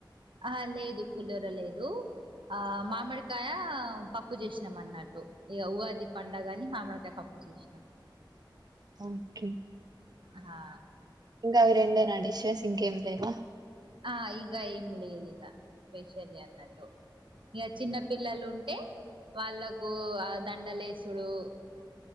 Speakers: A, on the right; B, on the right.
A: ఆ లేదు. పుల్హోర లేదు. ఆ మామిడికాయ, పప్పు చేసినాం అన్నట్టు. ఇక ఉగాది పండగని మామిడికాయ పప్పు. ప్పు చేషినాం.
B: ఓకే
A: హా
B: ఇంకా, అవి రెండేనా డిషెస్ ఇంకేం లేవా.
A: ఆ ఇగ ఏంలేదు ఇగ స్పెషల్లీ అన్నట్టు. ఇగ చిన్న పిల్లలు ఉంటే వాళ్ళకు ఆ దండలేసుడు.